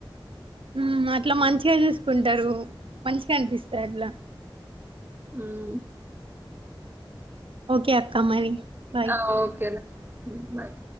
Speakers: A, on the right (about 85°); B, on the right (about 25°).
A: మ్మ్ అట్లా మంచిగా చూసుకుంటారు మంచిగా అనిపిస్తాది అట్లా
B: ఉమ్
A: ఓకే అక్క మరి బాయ్
B: హ ఓకే రా బాయ్